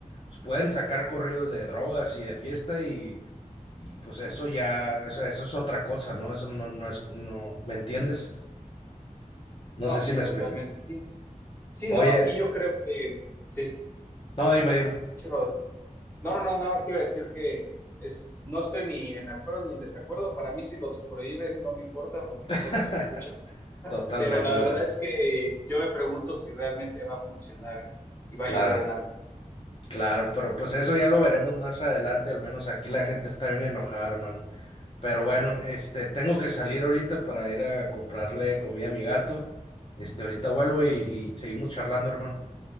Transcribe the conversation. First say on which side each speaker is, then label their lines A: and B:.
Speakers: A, on the left; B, on the left.
A: pues, pueden sacar corridos de drogas y de fiesta y, y, pues eso ya, o sea, eso es otra cosa, ¿no? Eso no, no es, no, ¿me entiendes?
B: No,
A: No sé
B: sí,
A: si me
B: totalmente
A: expliqué.
B: aquí. Sí,
A: Oye,
B: no, aquí yo creo que, sí,
A: no, dime, dime.
B: sí, brother. No, no, no, nada más te iba a decir que es, no estoy ni en acuerdo ni en desacuerdo, para mí si los prohíben no me importa porque
A: <laughs>
B: yo no los escucho,
A: Totalmente,
B: pero la verdad
A: bro.
B: es que yo me pregunto si realmente va a funcionar eh, y va
A: Claro.
B: a ayudar en algo.
A: Claro, pero pues eso ya lo veremos más adelante, al menos aquí la gente está bien enojada, hermano. Pero bueno, este, tengo que salir ahorita para ir a comprarle comida a mi gato. Este, ahorita vuelvo y, y seguimos charlando, hermano.